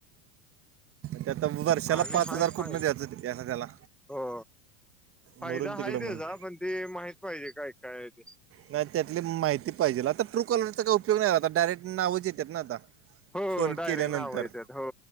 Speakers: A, on the right (about 35°); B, in the centre.
A: ते आता वर्षाला
B: आम्ही
A: पाच
B: हाय-
A: हजार
B: फाय...
A: कुठनं द्यायचं ते त्याला त्याला
B: हो! फायदा
A: मरून
B: हाय
A: तिकडं
B: त्येजा
A: म्हणून
B: पण ते माहित पाहिजे काय काय ते
A: नाही त्यातली माहिती पाहिजेल आता ट्रू कॉलरचा काय उपयोग नाही आता डायरेक्ट नावच येत्यात ना आता
B: हो
A: फोन
B: डायरेक्ट
A: केल्यानंतर
B: नाव येतात हो